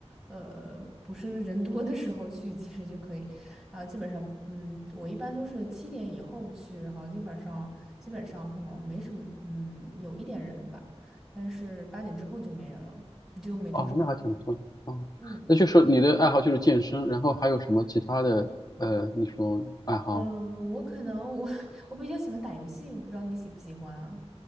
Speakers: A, in the centre; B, on the left (about 35°).
A: 呃，不是人多的时候去，其实就可以。然后基本上，嗯，我一般都是七点以后去，然后基本上基本上可能没什么，嗯，有一点人吧，但是八点之后就没人了，就没多少人
B: 哦，那还挺不错的哦。
A: 嗯
B: 那就是你的爱好就是健身，然后还有什么其他的？呃，你说爱好？
A: 呃，我可能我 <laughs> 我比较喜欢打游戏，我不知道你喜不喜欢啊？